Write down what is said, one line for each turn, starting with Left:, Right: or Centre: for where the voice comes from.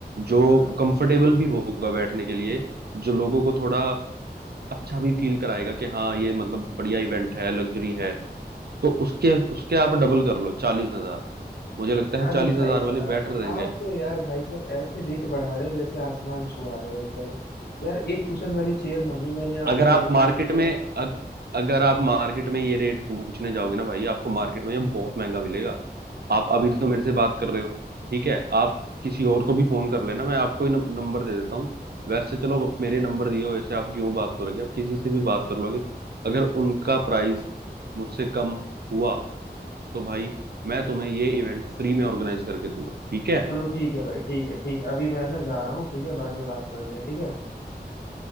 Right: जो
Left: हाँ हाँ।
Right: कंफर्टेबल भी होगा बैठने के लिए जो लोगों को थोड़ा अच्छा भी फील कराएगा कि हाँ ये मतलब बढ़िया इवेंट है लग्जरी है तो उसके उसके आप डबल कर लो चालीस हजार मुझे लगता है
Left: अरे
Right: चालीस
Left: भाई
Right: हजार
Left: साहब
Right: वाले बेटर रहेंगे
Left: आप तो यार भाई साहब ऐसे रेट बढ़ा रहे हो जैसे आसमान छुआ रहे हो एकदम यार एक कुशन वाली चेयर मांगी मैंने आपसे
Right: अगर आप
Left: बढ़िया
Right: मार्केट
Left: थोड़ा
Right: में अग, अगर आप मार्केट में ये रेट पूछने जाओगे ना भाई आपको मार्केट में ये बहुत महंगा मिलेगा आप अभी तो मेरे से बात कर रहे हो ठीक है आप किसी और को भी फोन कर लेना मैं आपको ही नम- नंबर दे देता हूँ वैसे चलो आप मेरे नंबर दिए हो ऐसे आप क्यों बात करोगे आप किसी से भी बात कर लोगे अगर उनका प्राइस मुझसे कम हुआ तो भाई मैं तुम्हें ये इवेंट फ्री में ऑर्गेनाइज करके दूंगा ठीक है
Left: चलो ठीक है भाई ठीक है ठीक है अभी मैं ना जा रहा हूँ ठीक है बाद में बात करते हैं ठीक है